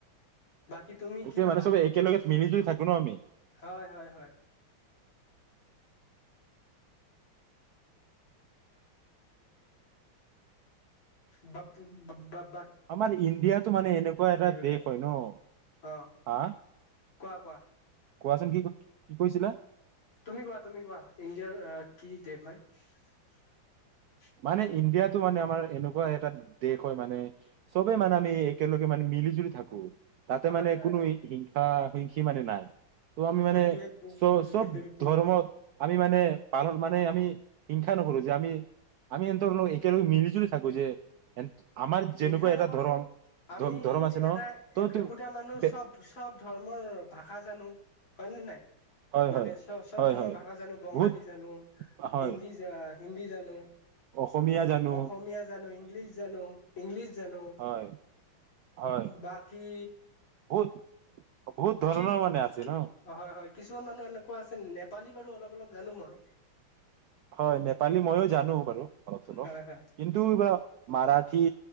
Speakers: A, on the left; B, on the right.
A: বাকী তুমি
B: এইটোৱে
A: কি ভাবা
B: মানে চবে একেলগে মিলি জুলি থাকো ন আমি
A: হয় হয় বা প বাবাপ
B: আমাৰ ইণ্ডিয়াটো মানে এনেকুৱা এটা
A: বিষয়ে
B: দেশ হয় ন
A: অ
B: হা
A: কোৱা কোৱা
B: কোৱাচোন, কি, কি কৈছিলা?
A: তুমি কোৱা তুমি কোৱা ইণ্ডিয়াৰ কি দেশ হয়
B: মানে, ইণ্ডিয়াত টো মানে আমাৰ এনুকা এটা দেশ হয় মানে চবে মানে আমি একেলগে মানে মিলি জুলি থাকো তাতে
A: হয়
B: মানে
A: হয়
B: কোনো হিংসা সি মানে নাই। ত'
A: হয়
B: আমি মানে, চ-চব ধৰ্মত আমি মানে পালন মানে আমি, হিংসা নকৰো যে আমি আমি হেণ্টৰ একেলগে মিলি জুলি থাকো যে। আমাৰ যেনেকুৱা
A: হিংসা নকৰো,
B: এটা ধৰম
A: আমি
B: ধ- ধৰম আছে
A: এটা
B: ন ত
A: এ-একোটা
B: তো
A: মানুহ
B: বে-
A: চব-চব ধৰ্মৰ ভাষা জানো, হয় ন নাই।
B: হয়
A: মানে
B: হয়
A: চ-চব
B: হয়
A: ধৰণৰ
B: হয়
A: ভাষা জানো বঙালী
B: বহুত
A: জানো,
B: হয়
A: হিন্দী জা-হিন্দী জানো,
B: অসমীয়া জানো
A: অসমীয়া জানো, ইংলিছ জানো। ইংলিছ জানো।
B: হয় হয়
A: বাকী।
B: বহুত বহুত ধৰণৰ
A: কি?
B: মানে আছে
A: কি
B: ন
A: অহ' কিত হয়-হয় কিছুমান এনেকুৱা আছে। নেপ পালি বাৰু অলপ অলপ জানো মই।
B: হয়, নেপালী ময়ো জানো বাৰু। অলপ চলব,
A: হয় হয়
B: কিন্তু বা মাৰাঠী।